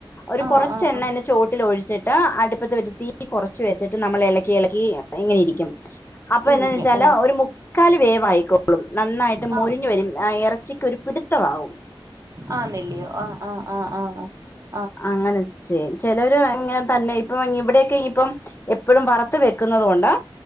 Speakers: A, on the left (about 25°); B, on the right (about 40°).
A: ഒരു
B: ആ
A: കുറച്ച
B: ആ
A: എണ്ണ
B: ആ
A: അയിന്റെ ചോട്ടിൽ ഒഴിച്ചിട്ട് അടു ഇപ്പോഴത്തെ വെച്ച തീ കുറച്ച് വയസ്സിട്ട് നമ്മൾ ഇളക്കി ഇളക്കി എങ്ങനെ ഇരിക്കും അപ്പൊ
B: ഇരിക്കും
A: എന്താന്ന് വെച്ചാ
B: ആ
A: ഒരു മുക്കാൽ വേ അളും നന്നായിട്ട് മോരിഞ്ഞു
B: ആ
A: വരും ആ ഇറച്ചിക്കൊ ഒരു പിടുത്തമാവും
B: ആഹ നെല്ലയോ ആ് ആഹ് ആഹ് ആഹ് ആ
A: അങ്ങനെ ചെ ചിലരു എങ്ങനെ തന്നെ ഇപ്പം ഇവിടെയൊക്കെ ഇനിയിപ്പം എപ്പോഴും വറത്ത് വെക്കുന്നത് കൊണ്ടാ